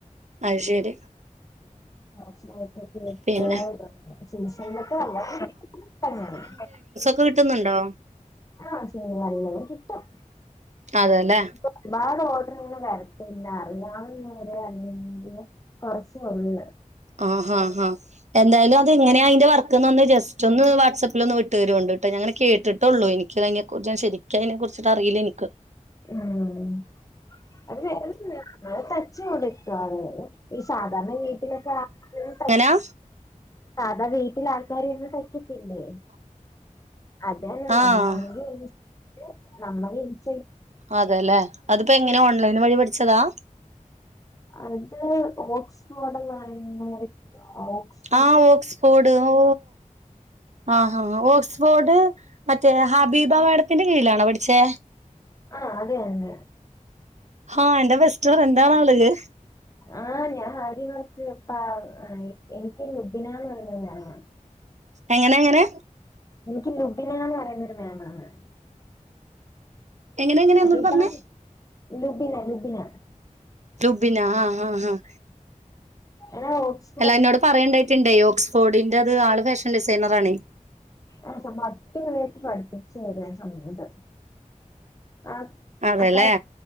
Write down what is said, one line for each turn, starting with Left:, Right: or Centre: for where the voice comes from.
Right: അത് ശരി
Left: <inaudible>
Right: പിന്നെ
Left: <inaudible>
Right: പ്പൊ കിട്ടുന്നുണ്ടോ
Left: ആഹ് ചെറുതായി വല്ലോം കിട്ടും
Right: അതെല്ലേ
Left: പ്പ ഒരുപാട് ഓഡറിങ്ങനെ വരത്തില്ല അറിയാവൂന്നാരോ അഅല്ലെങ്കിൽ കുറച്ചെ ഉള്ള്
Right: ഓഹോഹോ എന്തായാലും അത് എങ്ങനെ ഐന്റെ വർക്ക്ന്ന് ജസ്റ്റ് ഒന്ന് വാട്സപ്പിൽ ഒന്ന് വിട്ടുരോണ്ട് ഞനെ കേട്ടിട്ടുള്ളൂ എനിക്ക അതിനെ കുറിച്ച് ഞാൻ ശരിക്കു നിക്കു അതിനെ കുറിച്ചിട്ട അറിയില്ല എനിക്ക്
Left: ഉം അത് വേറൊന്നുല തച്ച് കൊടുക്കാതെ ഈ സാധാരണ വീട്ടിലൊക്കെ ഉം
Right: എങ്ങനാ
Left: അഥാ വീട്ടിൽ ആൾക്കാരിരിന്ന് തയ്ക്കത്തില്ലേ അതന്നെ
Right: ആഹ്
Left: നമ്മളാണെ ഇൻസറ്റയിൽ നമ്മള് ഇൻസ്
Right: അതേല്ലെ അതിപ്പോ എങ്ങനാ ഓൺലൈൻ വഴി പഠിച്ചതാ
Left: അത് ഓക്സ്ഫോഡന്ന് പറയുന്ന ഒരു ഓക്സ്
Right: ആഹ് ഓക്സ്ഫോർഡ് ഓ ആഹ് ഹാ ഓക്സ്ഫോർഡ് മറ്റേ ഹബീബ മേഡത്തിന്റെ കീഴിലാണോ പഠിച്ചേ
Left: ആഹ് അതെന്ന
Right: ഹാ എന്റെ ബെസ്റ്റ് ഫ്രണ്ടാണവള്
Left: ആ ഞാനാദ്യം കൊറച്ച് പ എനിക്ക് ലുബിനാന്ന് പറയുന്ന ഒരു മാമാ
Right: എങ്ങനെ എങ്ങനെ
Left: എനിക്ക് ലുബിനാന്ന് പറയുന്ന ഒരു മാമാണ്
Right: എങ്ങനെ എങ്ങനെ
Left: ഹബിബ
Right: ഒന്നൂടെ പറഞ്ഞേ
Left: ലുബിന ലുബിന
Right: ലുബിന ആഹ് ഹ ഹ
Left: എടാ ഓക്സ്
Right: അല്ല എന്നോട് പറയേണ്ടായിട്ടുണ്ടേ ഓക്സ്ഫോഡിന്റെത് ആള് ഫാഷൻ ഡിസൈനറാണെ
Left: ആ സംഭ അട്ടിപൊളിയായിട്ട് പഠിപ്പിച്ചു തരും ആ സമയൊണ്ട് ആ
Right: അതെല്ലേ
Left: അക്കാര്